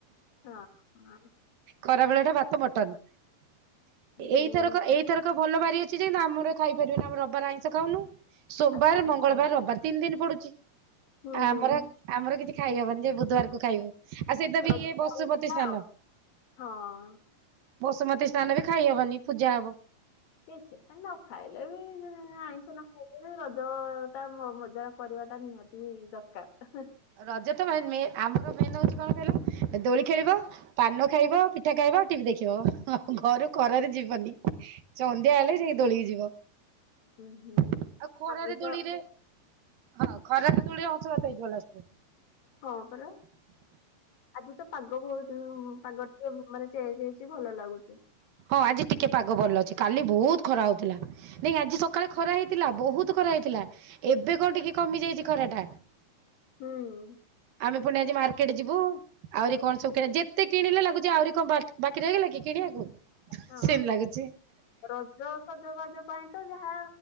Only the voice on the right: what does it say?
ଖରା ବେଳଟା ଭାତ ମର୍ଟନ
ଏଇଥରକ ଏଇ ଥରକ ଭଲ ବାରି ଅଛି ଯେ ଆମର ଖାଇପାରିବେନି। ଆମ ରବିବାର ଆଇଁଷ ଖାଉନୁ ସୋମବାର,
ମଙ୍ଗଳବାର, ରବିବାର ତିନି ଦିନ ପଡୁଚି
ଆ-ଆମର ଆମର କିଛି ଖାଇହବନି ଯାଇ ବୁଧବାରକୁ ଖାଇବୁ। ଆଉ ସେଥିରେ ବି
ବସୁମତୀଶ୍ନାନ।
ବସୁମତୀଶ୍ନାନ ବି ଖାଇହବନି ପୂଜା ହବ।
ରଜ ତ ଭାଇ ମେ ଆମର ମେନ୍ ହୋଉଚି କଣ କହିଲ ଏ ଦୋଳି ଖେଳିବ। ପାନ ଖାଇବ ପିଠା ଖାଇବ ଟିଭି ଦେଖିବ <unintelligible> ଘରୁ ଖରାରେ ଯିବନି। ସନ୍ଧ୍ୟା ହେଲେ ସେଇ ଦୋଳିି କି ଯିବ
ଆଉ ଖରାରେ
ଦୋଳିରେ ହଁ ଖରାରେ ଦୋଳିରେ ଅଂଶୁଘାତ ହେଇଯିବ ଲାଷ୍ଟ୍ରରେ।
ହଁ ଆଜି ଟିକେ ପାଗ ଭଲ ଅଛି। କାଲି ବୋହୁତ ଖରା ହୋଉଥିଲା ନାଇଁ ଆଜି ସକାଳେ ଖରା ହେଇ ଥିଲା ବୋହୁତ ଖରା ହେଇଥିଲା ଏବେ କଣ ଟିକେ କମି ଯାଇଚି ଖରାଟା।
ଆମେ ଫୁଣି ଆଜି ମାର୍କେଟ ଯିବୁ। ଆହୁରି କଣ ସବୁ କିଣା ଯେତେ କିଣିଲେ ଲାଗୁଚି ଆହୁରି କଣ ବାକି-ବାକି ରହିଗଲାକି କିଣିବାକୁ।
ସେମିତି ଲାଗୁଚି।